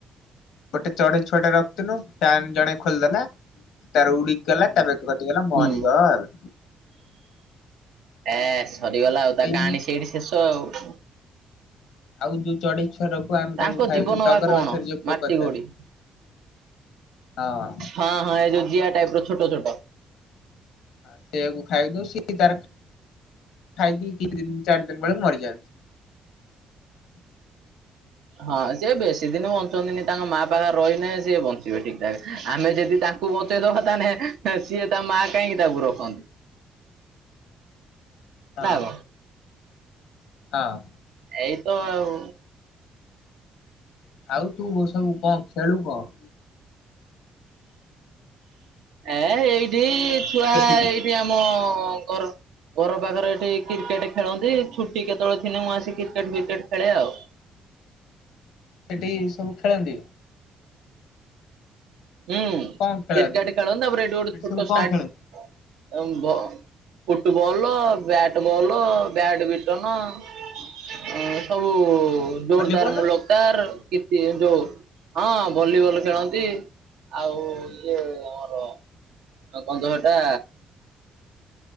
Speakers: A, on the left; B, on the right.
A: ଗୋଟେ ଚଢେଇ ଛୁଆଡେ ରଖଥିଲୁ ଫ୍ୟାନ ଜଣେ ଖୋଲିଦେଲା ତାର ଉଡିକି ଗଲା ତା କଟିଗଲା ମରିଗଲା
B: ହୁଁ। ଏ ସରିଗଲା, ଆଉ ତା
A: ଏଇ
B: କାହାଣୀ ସେଇଠି ଶେଷ ଆଉ।
A: ଆଉ ଯୋଉ ଚଢେଇ ଛୁଆ ରଖିବୁ ଆମେ
B: ତାଙ୍କ
A: ତାକୁ ଖାଇଦଉ
B: ଜୀବନ
A: ଟଗର
B: ବା କଣ?
A: ଗଛରେ ଯୋଉ
B: ମାଟି
A: ପୋକ ଥାଏ।
B: ଗୋଡି
A: ହଁ।
B: ହଁ ହଁ ଏଇ ଯୋଉ ଜିଆ ଟାଇପ୍ ର ଛୋଟ ଛୋଟ।
A: ସେୟାକୁ ଖାଇ ଦଉ, ସିଏ ବି ତାର ଖାଇକି ଦି ଦିନ, କି ଚାରି ଦିନ ବେଳକୁ ମରିଯାନ୍ତି।
B: ହଁ, ସେ ବେଶୀ ଦିନ ବଞ୍ଚ ଛନ୍ତି ତାଙ୍କ ମା ପାଖରେ ରହିଲେ ହିଁ ସିଏ ବଞ୍ଚିବେ ଠିକ୍ ଠାକ, ଆମେ ଯଦି ତାଙ୍କୁ ବଞ୍ଚେଇଦବା ତାହେଲେ ସିଏ ତା, ମା କାହିଁକି ତାକୁ ରଖନ୍ତି।
A: ହଁ
B: ନାଁ କଣ?
A: ହଁ।
B: ଏଇତ ଆଉ।
A: ଆଉ ତୁ ସବୁ କଣ ଖେଳୁ କଣ?
B: ଏ ଏଇଠି ଛୁଆ
A: ବସିକି
B: ଏଇ ଆମ ଘର ଘର ପାଖରେ ଏଠି କ୍ରିକେଟ ଖେଳନ୍ତି, ଛୁଟି କେତେବେଳେ ଥିଲେ ମୁଁ ଆସି କ୍ରିକେଟ ଫ୍ରିକେଟ ଖେଳେ ଆଉ
A: ସେଠି ସବୁ ଖେଳନ୍ତି?
B: ହୁଁ
A: ସେଠି ସବୁ କଣ ଖେଳନ୍ତି
B: କ୍ରିକେଟ୍ ଖେଳନ୍ତୁ ତାପରେ ଏଠି ଗୋଟେ
A: ସେଠି
B: ଛୋଟ
A: ସବୁ କଣ
B: ଷ୍ଟାଡିୟମ୍
A: ଖେଳନ୍ତି
B: ହବ। ଫୁଟବଲ ବ୍ୟାଟବଲ୍ ବ୍ୟାଟମିଣ୍ଟନ୍ ଅ ସବୁ ଜୋରଦାର
A: ଭଲିବଲ
B: ମୁୂଲକ ତାର, କିଛି ଯୋଉ ହଁ ଭଲିବଲ୍ ଖେଳନ୍ତି। ଆଉ ଇଏ ଆମର ଗନ୍ଧଟା